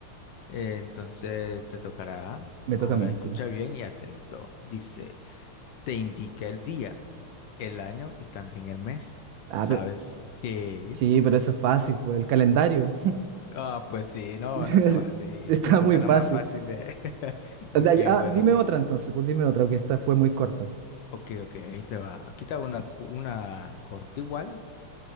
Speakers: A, on the left; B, on the right.
A: entonces te tocará.
B: Me
A: Ahora
B: toca a mí,
A: escucha
B: sí.
A: bien y atento. Dice, te indica el día, el año y también el mes. ¿Sabes
B: Ah, pero
A: qué
B: sí,
A: es?
B: pero eso es fácil, pues el calendario.
A: Ah, pues sí, no,
B: <laughs>
A: no se vale.
B: Está
A: Te tocan
B: muy fácil.
A: las más fáciles. <laughs> Ok,
B: Ah, da- ah,
A: bueno.
B: dime otra entonces, pues dime otra, que esta fue muy corta.
A: Ok, ok, ahí te va. Aquí te hago una, cu- una corta igual,